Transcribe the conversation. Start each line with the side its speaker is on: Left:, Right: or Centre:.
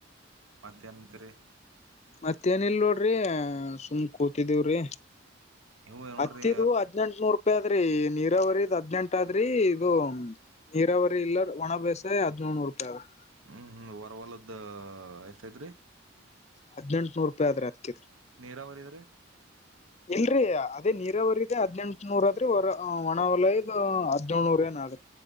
Right: ಮತ್ತ್ಯಾನಂತರ
Left: ಮತ್ತೇಏನ ಇಲ್ ನೋಡ್ರಿ ಸುಮ್ ಕೂತಿದೀವ್ರಿ
Right: ನೀವು ನೋಡ್ರಿ
Left: ಹತ್ತಿದ್ ಹದ್ನೆೆಂಟ ನೂರ್ ರೂಪಾಯಿ ಆದ್ರಿ ನೀರಾವರಿಿದ್ ಹದ್ನೆಂಟ ಆದ್ರಿ ಇದು ನೀರಾವರಿ ಇಲ್ಲ ಒಣ ಬೇಸಾಯ ಹದಿನೇಳು ರೂಪಾಯಿ ಆದ್ರರಿ
Right: ಹ್ಞೂ ಹ್ಞೂ ವರವಲದ್ದ ಎಷ್ಟೈತ್ ರೀ
Left: ಹದಿನೆಂಟು ನೂರು ರೂಪಾಯಿ ಆದ್ರ ಅತ್ತಿದ್ದು
Right: ನೀರಾವರಿದು
Left: ಇಲ್ರರಿ ಅದೇ ನೀರಾವರಿರಿಗೆ ಹದ್ನೆಂಟುನೂರ ಅ ಆದ್ರಿ ಹೊರ ಒಣ ವಲಯಗ್ ಹದ್ನೋಳ್ನೂರ ಏನ್ ಆದ್ರಿ